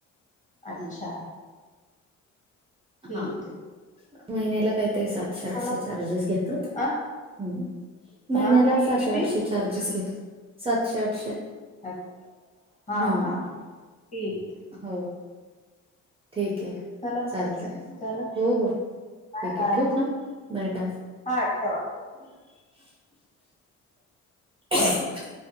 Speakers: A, on the left (about 25°); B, on the right (about 20°).
A: अच्छा.
B: म्हणून.
A: ठीक
B: हा
A: आहे
B: महिन्याला काहीतरी सात. साठशे
A: चला
B: चार्जस घेतात
A: अ
B: ह्म्म महिन्याला
A: हा
B: सातशे
A: किती
B: आठशे. चार्जेस घेतता सातशे आठशे.
A: अच हा
B: हम्म
A: हा हा ठीक.
B: हो ठीक आहे.
A: चला मग
B: चालतंय
A: झालं
B: हो हो
A: बाय
B: ठीक
A: बाय
B: आहे ठेवू का? Bye bye.
A: हा ठेवा.
B: <inaudible> <inaudible>